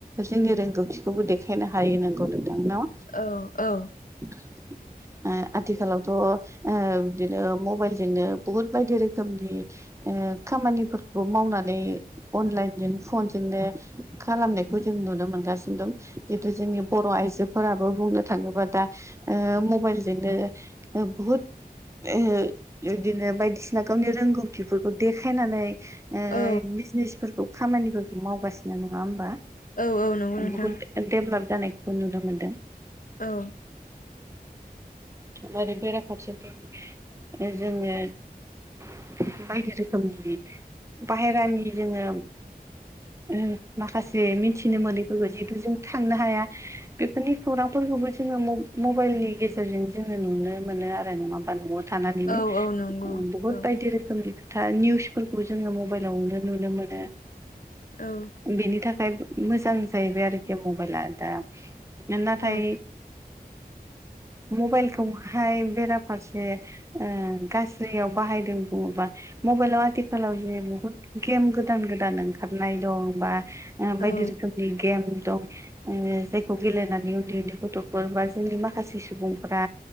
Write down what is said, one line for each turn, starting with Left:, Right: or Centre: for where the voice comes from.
Right: जोंनि रोंगौथिखौबो देखायनो हायो नोंगौ नोंथां ना?
Left: औ औ।
Right: <inaudible> ओ आथिखालावथ' ओ बिदिनो मबाइलजोंनो बुहुत बायदि रोखोमनि ओ खामानिफोरखौबो मावनानै अनलाइनजों फनजोंनो खालामनायखौ जों नुनो मोनगासिनो दं जितु जोंनि बर' आइजोफोराबो बुंनो थाङोबा दा ओ मबाइलजोंनो ओ बुहुद ओ इदिनो बायदिसिना गावनि रोंगौथिफोरखौ देखायनानै ओ
Left: औ
Right: बिजनेसफोरखौ खामानिफोरखौ मावगासिनो नङा होमबा
Left: औ औ नंगौ नोंथां
Right: बहुद डेभलप जानायखौ नुनो मोनदों।
Left: औ
Right: आरो <unintelligible> बेराफारसेथिं जोङो बायदि रोखोमनि बाहेरानि जोङो उ माखासे मिथिनो मोनैफोरखौ जिहेतु जों थांनो हाया। बेफोरनि खौरांफोरखौबो जोङो म-मबाइलनि गेजेरजों जोङो नुनो मोनो आरो नङाबा न'आव थानानैनो
Left: औ औ नंगौ
Right: उ बहुत
Left: औ
Right: बायदि रोखोमनि दा निउसफोरखौ जोङो मबाइलावनो नुनो मोनो।
Left: औ
Right: बेनि थाखाय मोजां जाहैबाय आरोखि मबाइला दा नाथाय
Left: औ
Right: मबाइलखौहाय बेराफारसे ओ गाज्रियाव बाहायदों बुङोबा मबाइलाव आथिखालाव जे बुहुत गेम गोदान गोदान ओं खारनाय दं बा ओ बायदि
Left: औ
Right: रोखोमनि गेम दं। ओ जायखौ गेलेनानै उन्दै उन्दै गथ'फोर बा जोंनि माखासे सुबुंफ्रा